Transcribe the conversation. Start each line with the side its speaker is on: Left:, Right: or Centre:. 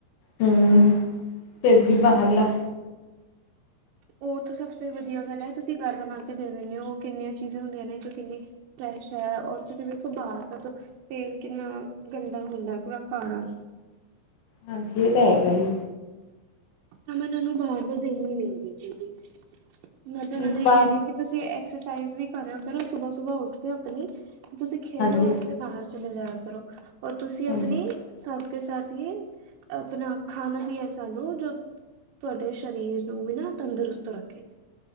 Left: ਹੂੰ ਫਿਰ ਵੀ ਬਾਹਰਲਾ।
Right: ਓ ਤਾਂ ਸਭ ਸੇ ਵਧੀਆ ਗੱਲ ਐ ਤੁਸੀਂ ਘਰ ਬਣਾ ਕੇ ਦੇ ਦਿੰਦੇ ਓ ਕਿੰਨੀਆਂ ਚੀਜ਼ਾਂ ਹੁੰਦੀਆਂ ਨੇ ਜੋ ਕਿੰਨੀ ਫਰੈਸ਼ ਐ ਉਸ 'ਚ ਵੇਖੋ ਬਾਰ ਕਾ ਤੋ ਤੇਲ ਕਿੰਨਾ ਗੰਦਾ ਹੁੰਦਾ ਪੂਰਾ ਕਾਲਾ
Left: ਹਾਂਜੀ ਇਹ ਤਾਂ ਹੈਗਾ ਈ।
Right: ਅਮਨ ਉਹਨੂੰ ਬਾਰ ਦਾ ਦੇਂਦੀ ਨੀ ਹੈਗੀ ਜੀ। ਮੈਂ ਤੇ ਉਹਨਾ
Left: ਇੱਕ
Right: ਨੂੰ ਏ
Left: ਵਾਰ
Right: ਕੈਨੀ ਆ ਕਿ ਤੁਸੀਂ ਐਕਸਰਸਾਈਜ਼ ਵੀ ਕਰਿਆ ਕਰੋ ਸੁਬਾ ਸੁਬਾਹ ਉੱਠ ਕੇ ਆਪਣੀ। ਤੁਸੀਂ ਖੇਡੋ
Left: ਹਾਂਜੀ
Right: ਵਾਸਤੇ ਬਾਹਰ ਚਲੇ ਜਾਇਆ ਕਰੋ, ਔਰ ਤੁਸੀਂ ਆਪਨੀ
Left: ਹਾਂਜੀ
Right: ਸਾਥ ਕੇ ਸਾਥ ਹੀ ਆਪਨਾ ਖਾਣਾ ਵੀ ਐਸਾ ਲਓ ਜੋ ਤੁਹਾਡੇ ਸਰੀਰ ਨੂੰ ਵੀ ਨਾ ਤੰਦਰੁਸਤ ਰੱਖੇ।